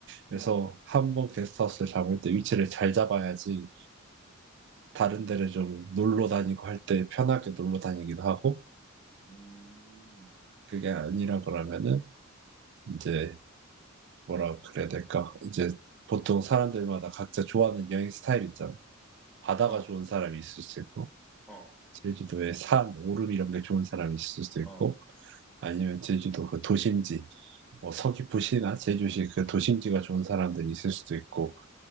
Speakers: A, on the right (about 60°); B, in the centre.
A: 그래서
B: 음,
A: 한번 게스트하우스를 잡을 때 위치를 잘 잡아야지 다른 데를 좀 놀러 다니고 할 때 편하게 놀러 다니기도 하고
B: 음,
A: 그게 아니라 그러면은 이제 뭐라 그래야 될까? 이제 보통 사람들마다 각자 좋아하는 여행 스타일 있잖아. 바다가
B: 어,
A: 좋은 사람이 있을 수 있고
B: 어,
A: 제주도에 산, 오름 이런 게 좋은 사람이 있을 수도
B: 어,
A: 있고 아니면 제주도 그 도심지 뭐 서귀포시나 제주시 그 도심지가 좋은 사람들이 있을 수도 있고